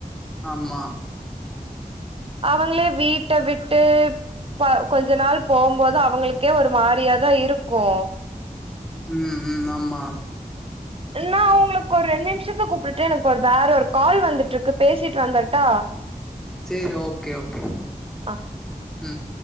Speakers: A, in the centre; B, on the right.
A: ஆமா
B: அவங்களே வீட்ட விட்டு ப கொஞ்ச நாள் போகும்போது அவங்களுக்கே ஒரு மாரியாதா இருக்கு
A: ம் ம் ஆமா
B: என்னா அவுங்களுக்கு ஒரு ரெண்டு நிமிஷத்துல கூப்ட்டுட்டு எனக்கு ஒரு வேற ஒரு கால் வந்துட்டுருக்கு பேசிட்டு வந்தர்ட்டா
A: சேரி ஓகே ஓகே
B: ஆ
A: ம்